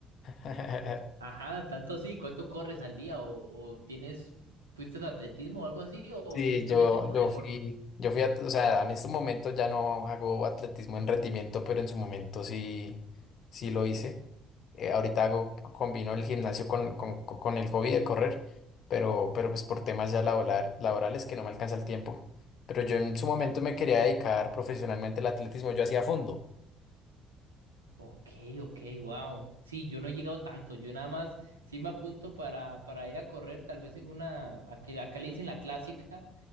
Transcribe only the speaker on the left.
<laughs>
Sí,
yo,
yo
fui, yo fui, at- o sea, en este momento ya no hago atletismo en rendimiento, pero en su momento sí, sí lo hice. Eh, ahorita hago, combino el gimnasio con, con, con el hobby de correr, pero, pero pues por temas ya laboral- laborales que no me alcanza el tiempo. Pero yo en su momento me quería dedicar profesionalmente al atletismo, yo hacía fondo.